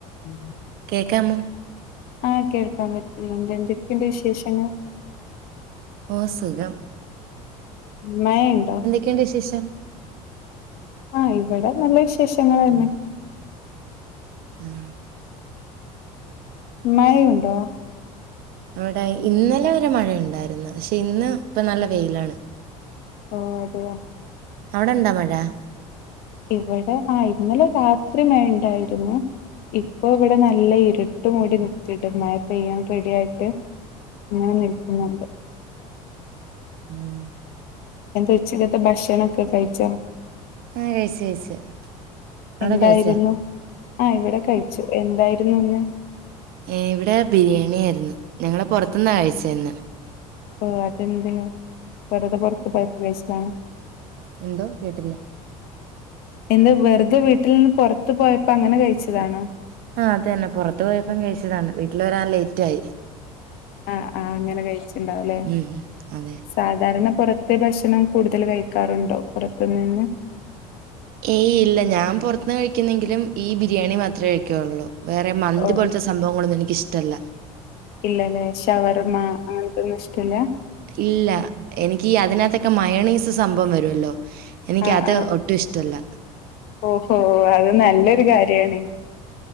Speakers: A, on the left; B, on the right.
A: ഉം
B: കേക്കാമോ?
A: ആഹ് കേൾക്കാൻ പറ്റുന്നുണ്ട്. എന്തൊക്കെയുണ്ട് വിശേഷങ്ങൾ?
B: ഓഹ് സുഖം
A: മഴയിണ്ടോ?
B: എന്ത് വിശേഷം?
A: ആഹ് ഇവടെ നല്ല വിശേഷങ്ങളന്നെ
B: ഉം
A: മഴയുണ്ടോ?
B: ഇവടെ ഇന്നലെ വരെ മഴ ണ്ടായിരുന്നു പക്ഷെ ഇന്ന് ഇപ്പം നല്ല വെയിലാണ്.
A: ഓഹ് അതെയ
B: അവടെ ണ്ട മഴ?
A: ഇവടെ ആഹ് ഇന്നലെ രാത്രി മഴ ഇണ്ടായിരുന്നു. ഇപ്പൊ ഇവടെ നല്ല ഇര്ട്ട് മൂടി നിക്ക്ണ്ട് മഴ പെയ്യാൻ റെഡി ആയിട്ട്. ങ്ങനെ നിൽക്കുന്നുണ്ട്
B: ഉം
A: എന്തെ ഉച്ചക്കത്തെ ഭക്ഷണൊക്കെ കഴിച്ചോ?
B: ആ കഴിച്ചു കഴിച്ചു അവിടെ
A: എന്തായിരുന്നു
B: കഴിച്ചാ
A: ആഹ് ഇവടെ കഴിച്ചു. എന്തായിരുന്നു ഇന്ന്?
B: ഏഹ് ഇവടെ ബിരിയാണി ആയ്രുന്നു ഞങ്ങള് പൊറത്ത്ന്നാ കഴിച്ചേന്ന്.
A: ഓഹ് അതെന്തേ വെറ്തെ പൊറത്ത് പോയപ്പൊ കഴിച്ചതാണോ?
B: എന്തോ കേട്ടില്ല?
A: എന്താ വെറുതെ വീട്ടിൽ നിന്ന് പൊറത്ത് പോയപ്പോ അങ്ങനെ കഴിച്ചതാണോ?
B: ആഹ് അതന്നെ പൊറത്ത് പോയപ്പം കഴിച്ചതാണ്. വീട്ടിൽ വരാൻ ലെയ്റ്റായി.
A: ആഹ് ആഹ് അങ്ങനെ കഴിച്ച്ണ്ടാവൂലെ.
B: ഉം, അതെ
A: സാധാരണ പൊറത്തെ ഭക്ഷണം കൂടുതൽ കഴിക്കാറുണ്ടോ പൊറത്ത് നിന്ന്?
B: ഏയ് ഇല്ല. ഞാൻ പൊറത്ത്ന്ന് കഴിക്ക്ന്നെങ്കിലും ഈ ബിരിയാണി മാത്രെ കഴിക്കുള്ളൂ. വേറെ മന്തി
A: ഓഹ്
B: പോലത്തെ സ സംഭവങ്ങളൊന്നും എനിക്ക് ഇഷ്ടല്ല.
A: ഇല്ലലേ? ഷവർമ്മ അങ്ങനത്തൊന്നും ഇഷ്ടല്ലാ?
B: ഇല്ല എനിക്കീ അതിനകത്തൊക്കെ മയെണെയ്സ് സംഭവം വരുല്ലോ. എനിക്ക്
A: ആഹ്
B: അത്
A: ആഹ്
B: ഒട്ടും ഇഷ് ട്ടല്ല
A: ഓഹോ അത് നല്ലൊരു കാര്യാണ്